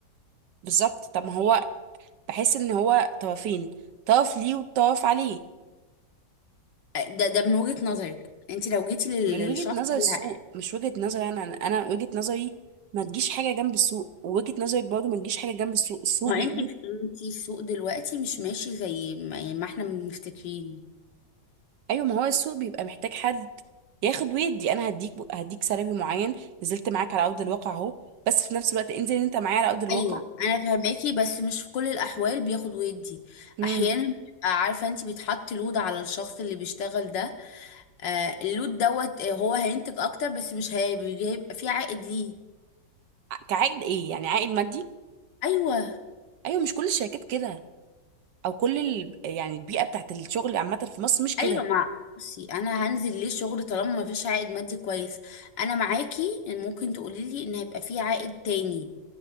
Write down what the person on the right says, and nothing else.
بالظبط طب ما هو بحس ان هو طرفين طرف ليه وطرف عليه
من
وجهه نظر
السوق
مش وجهه نظري انا انا أنا وجهه نظري ما تجيش حاجه جنب السوق ووجهه نظرك برضه ما تجيش حاجه جنب السوق السوق
بيقول
ايوه ما هو السوق بيبقى محتاج حد ياخد ويدي انا هديك هديك سلبي معين نزلت معاك على ارض الواقع اهو بس في نفس الوقت انزل انت معايا على ارض الواقع
امم
كعائد ايه يعني عائد مادي
ايوه مش كل الشركات كده او كل ال... يعني البيئه بتاعت الشغل عامه في مصر مش كده